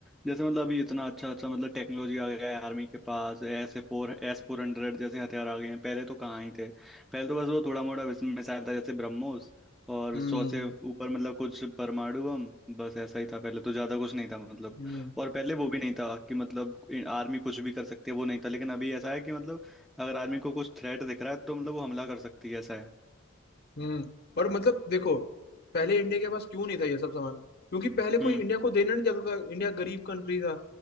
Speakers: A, in the centre; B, on the left.
A: जैसे मतलब अभी इतना अच्छा अच्छा मतलब टेक्नोलॉजी आ गया है आर्मी के पास S A four S four hundred जैसे हथियार आ गए हैं पहले तो कहाँ ही थे पहले तो बस वो थोड़ा मोड़ा मिसाइल था जैसे ब्रह्मोस और
B: हम्म
A: सौ से ऊपर मतलब कुछ परमाणु बम बस ऐसा ही था पहले तो ज्यादा कुछ नहीं था मतलब
B: हम्म
A: और पहले वो भी नहीं था कि मतलब आर्मी कुछ भी कर सकती है वो नहीं था लेकिन अभी ऐसा है कि मतलब अगर आर्मी को कुछ थ्रेट दिख रहा है तो मतलब वो हमला कर सकती है ऐसा है
B: हम्म और मतलब देखो पहले इंडिया के पास क्यों नहीं था ये सब सामान क्योंकि पहले कोई
A: हम्म
B: इंडिया को देना नहीं चाहता था इंडिया गरीब कंट्री था